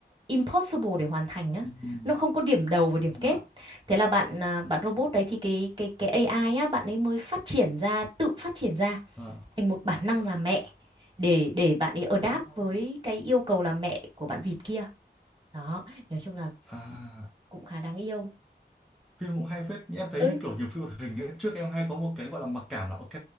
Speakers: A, on the right; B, in the centre.
A: impossible để hoàn thành á.
B: ừ, ừ,
A: Nó không có điểm đầu và điểm
B: và,
A: kết. Thế là bạn à, bạn robot đấy thì cái cái cái AI á bạn ấy mới phát triển ra, tự phát triển ra
B: à, à.
A: thành một bản năng làm mẹ để để bạn ấy adapt
B: À,
A: với cái yêu cầu làm mẹ của bạn vịt kia. Đó, nói chung là
B: à,
A: cũng khá đáng yêu.
B: phim cũng hay phết nhưng em thấy
A: Ừ.
B: như kiểu nhiều phim hoạt hình ấy, trước em hay có một cái gọi là mặc cảm là ok